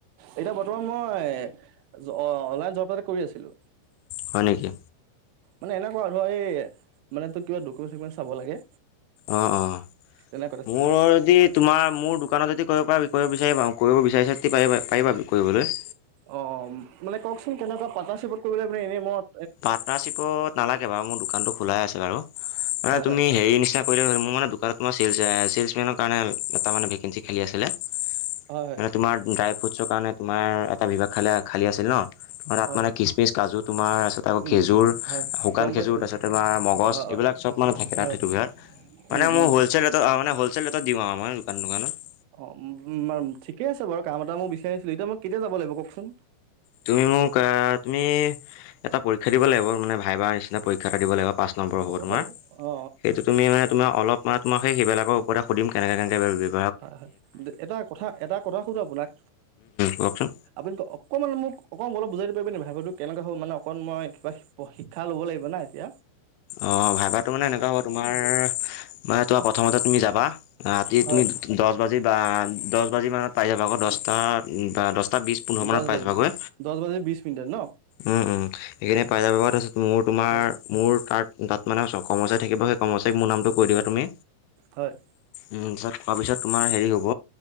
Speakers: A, on the right (about 80°); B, on the left (about 85°).
A: এতিয়া বৰ্তমান মই মই, অ অনলাইন জব এটা কৰি আছিলো।
B: হয় নেকি
A: মানে এনেকুৱা ধৰ এই মানে তো কিবা ডকুমেণ্ট চকুমেণ্ট চাব লাগে।
B: অ'-অ'।
A: তেনে
B: মোৰ যদি তোমাৰ মোৰ দোকানত যদি কৰিব পৰা কৰিব বিচাৰিবা কৰিব বিচাৰিছা পাৰিবা কৰিবলৈ।
A: অ মানে কওকচোন কেনেকুৱা? পাৰ্টনাৰশ্বিপত কৰিবলৈ এনেই মত
B: পাৰ্টনাৰশ্বিপত নালাগে বাৰু মোৰ দোকানটো খোলাই আছে বাৰু। মানে
A: হয় হয়
B: তুমি হেৰি নিচিনা কৰিলে মোৰ মানে দোকানত তোমাৰ চেলচ, চেলচমেনৰ কাৰণে এটা মানে ভেকেঞ্চি খালি আছিলে মানে
A: হয় হয়।
B: তোমাৰ ড্ৰাইভ ফুডছৰ কাৰণে তোমাৰ এটা বিভাগ খালে খালী আছিল ন' তোমাৰ তাত
A: হয়
B: মানে
A: হয়
B: কিচমিচ, কাজু তোমাৰ তাৰপিছতে আকৌ
A: উম
B: খেজুৰ,
A: উম হয়
B: শুকান
A: গম
B: খেজুৰ
A: পাইছোঁ।
B: তাৰপিছত তোমাৰ মগজ
A: অ'
B: এইবিলাক
A: অ'
B: চব মানে থাকে
A: হয়
B: তাত সেইটো বিয়ৰত মানে
A: উম
B: মোৰ
A: উম
B: হ'লচেল ৰেটত মান হলচেল টত দিওঁ আৰু মই দোকান দোকানত।
A: অ' উ ঠিকে আছে বাৰু কাম এটা মই বিচাৰিছিলো এতিয়া মই কেতিয়া যাব লাগিব কওঁকচোন।
B: তুমি মোক অ' তুমি এটা পৰীক্ষা দিব লাগিব মানে ভাইভা নিচিনা। নে পৰীক্ষা এটা থাকিব লাগিব। পাচ নম্বৰ
A: অ
B: হ'ব তোমাৰ
A: বাৰু অ
B: সেইটো তুমি মানে তোমাৰ অলপ মানে তোমাৰ সেইবিলাকৰ ওপৰতে সুধিম কেনেকে কেনেক
A: হয়, হয় এটা কথা এটা কথা সুধো আপোনাক
B: কওকচোন
A: আপুনি অকমান মোক অকণ মোক অলপ বুজাই দিবি পাৰিব নেকি ভাই ভাইটো কেনেকে হ'ল মানে অকন মই কিবা শিক্ষা ল'ব লাগিব না এতিয়া।
B: অ' ভাইভাইটো মানে এনেকুৱা হ'ব তোমাৰ মানে তোমাৰ প্ৰথমতে তুমি যাবা, ৰাতি
A: হয়
B: তুমি দহ বাজি বা দহ বাজি মানত পাই যাব, আকৌ দহটা বা দহ তাত বিশ পোন্ধৰ মানত
A: দহ
B: পায়
A: বাজি
B: যাবা গৈ।
A: দহ বাজি বিশ মিনিটত ন
B: উম, উম। সেইখিনি পাই যাবগৈ। তাৰপিছত মোৰ তোমাৰ
A: হয়
B: মোৰ তাত তাত মানে কৰ্মচাৰিৰ থাকিব। সেই কৰ্মচাৰিৰ মোৰ নামটো কৈ দিবা তুমি
A: হয়
B: উম, তাত কোৱা পিছত তোমাৰ হেৰি হ'ব